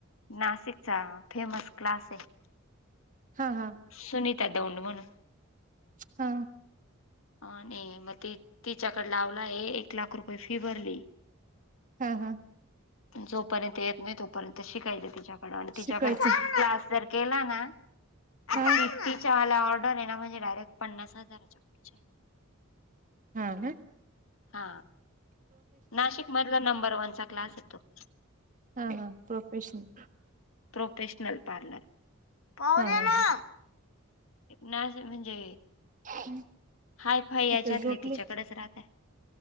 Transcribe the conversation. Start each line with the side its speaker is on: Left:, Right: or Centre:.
Left: नाशिकचा फेमस क्लास आहे!
Right: हा हा,
Left: सुनीता दौंड म्हणून,
Right: हा,
Left: आणि मग ती तिच्याकड लावला आहे, एक लाख रुपये फी भरली.
Right: हा हा.
Left: जोपर्यंत येत नाही तोपर्यंत शिकायचे तिच्याकड आणि तिच्याकड
Right: शिकायचं
Left: क्लास जर केला ना तिच्यावाल्या
Right: हा
Left: ऑर्डर आहे ना म्हणजे डायरेक्ट पन्नास हजाराच्या पुढच्या
Right: हा हा.
Left: हा नाशिक मधला नंबर वनचा क्लास हाय तो.
Right: हा हा प्रोफेशनल
Left: प्रोफेशनल पार्लर, पाहू
Right: हा
Left: दया
Right: हा
Left: ना
Right: ह
Left: ना म्हणजे
Right: <unintelligible>
Left: हाय फाय याच्यातले
Right: तिथे झोपली
Left: तिच्याकडेच राहतयत.